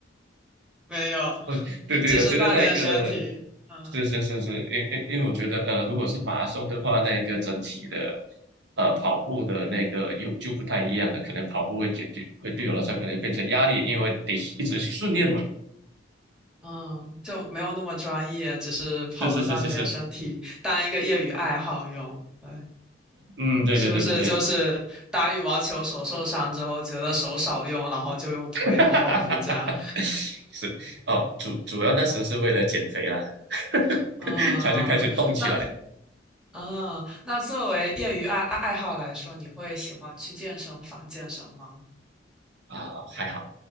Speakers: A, in the centre; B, on the right (about 65°).
A: 没有，
B: <laughs> 哦，对对，
A: <laughs> 只是锻炼身体。
B: 我觉得那个
A: 嗯
B: 是是是是，因因因为我觉得呃，如果是马拉松的话，那个整体的呃跑步的那个又就不太一样了，可能跑步会解决会对我来说可能变成压力，因为得一直去训练嘛。
A: 嗯，就没有那么专业，只是跑着锻炼身体，
B: 是是是是是，
A: 当一个业余爱好用。对。
B: 嗯，对对对对对，
A: 是不是就是打羽毛球手受伤之后，觉得手少用，然后就用腿跑跑步这样？
B: <laughs>
A: <laughs>
B: 是哦，主主要那时是为了减肥啦，<laughs>
A: 嗯，
B: 才去开始动起来
A: 那嗯，那作为业余爱爱爱好来说，你会喜欢去健身房健身吗？
B: 啊，还好